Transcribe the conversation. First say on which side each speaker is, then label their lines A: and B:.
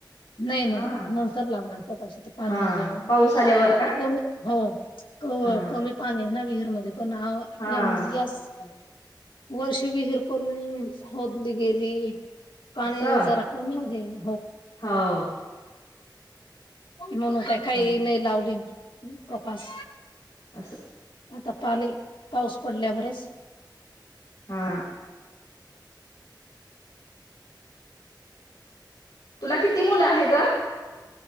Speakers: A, on the left (about 85°); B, on the left (about 70°).
A: नाही नाही
B: हा.
A: नंतर लावणार कपाशी त पाणी
B: हा.
A: आल्यावर.
B: पाऊस आल्यावर
A: <unintelligible>
B: का?
A: हो क
B: हा.
A: कमी पाणी <unintelligible> विहिरमध्ये. पण हाव <unintelligible>
B: हा.
A: वर्ष विहीर <unintelligible> खोदली गेली. पाणी
B: असं?
A: जरा कमी आहे <unintelligible>
B: हो.
A: म्हणून काय काहीही
B: हं.
A: नाही लावली. <unintelligible> कपास.
B: असं.
A: आता पाणी -पाऊस- ओढल्यावरच.
B: हा तुला किती मुल आहे ग?